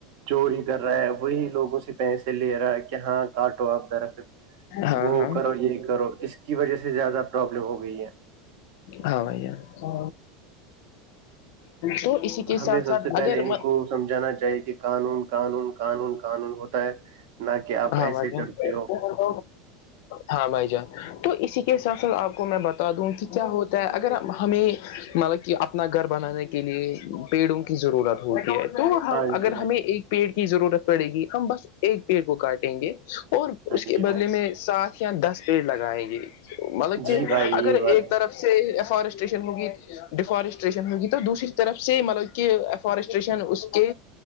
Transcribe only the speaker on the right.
چوری کر رہا ہے وہی لوگوں سے پیسے لے رہا ہے کہ ہاں کاٹو آپ درخت-
وہ
کرو یہ کرو اس کی وجہ سے زیادہ پرابلم ہو گئی ہے-
ہمیں
سب
سے پہلے
ان کو سمجھانا چاہے کہ قانون- قانون -قانون- قانون ہوتا- -نہ کہ آپ
ایسے
کرتے ہو
ہاں
جی بھائی
ہاں
جی
بھائی
جی
بھائی
یہ بات